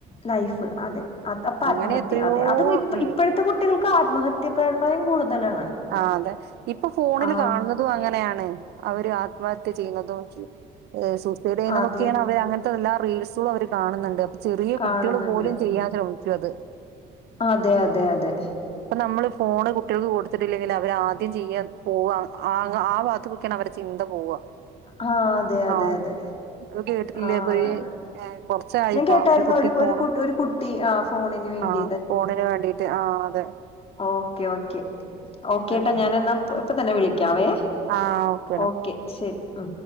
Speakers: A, on the left; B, on the right.
A: ലൈഫ് അതെ അതപ്പ ആത്മഹത്യ
B: അങ്ങനെ എത്രയോ
A: അതെ അതും ഇപ്പ
B: ഉം
A: ഇപ്പഴത്തെ കുട്ടികൾ ക്കാത്മഹത്യ പ്രേരണയും കൂടുതലാണ്.
B: ആഹ് അതെ ഇപ്പൊ ഫോണില്
A: ആഹ്
B: കാണുന്നതും അങ്ങനെയാണ് അവര് അ ത്മഹത്യ ചെയ്യുന്നതും എഹ് സുസൈഡ് ചെയുന്നതൊക്കെയാണ്
A: അതെ
B: അവര് അങ്ങനെ എല്ലാ റീൽസും അവര് കാണുന്നുണ്ട് ചെറിയ
A: കാണുന്നുണ്ട്
B: കുട്ടികള് പോലും ചെയ്യാചെ ചത്.
A: അതെ അതെ അതെ.
B: നമ്മള് ഫോണ് കുട്ടികൾക്ക് കൊടു ത്തിട്ടില്ലെങ്കിൽ അവര് ആദ്യം ചെയ്യാൻ പോവാ ആ ആ ഭാത്തക്കൊക്കെയാണ് അവരെ ചിന്ത പോവ.
A: ആഹ് അതെ അതെ
B: ആഹ്
A: അതെ
B: അത് കേട്ടില്ലേ
A: ആഹ്
B: പയ്യെ കൊറച്ചായിപ്പോ
A: ഞാൻ കേട്ടായിരുന്നു
B: ഒരു കുട്ടി ഫോണ്
A: ഒരു കു ഒരു കുട്ടി ആ ഫോണിന് വേണ്ടി
B: ആഹ് ഫോണിന് വേണ്ടീട്ട് ആഹ് അതെ.
A: ഓഹ് ഓക്കെ ഓക്കെ ഓക്കേ
B: ഉം
A: ട്ടാ ഞാനെന്ന പ് ഇപ്പ തന്നെ വിളി ക്കാവേ
B: ആഹ് ഓക്കേടാ
A: ഓക്കെ ശരി. അ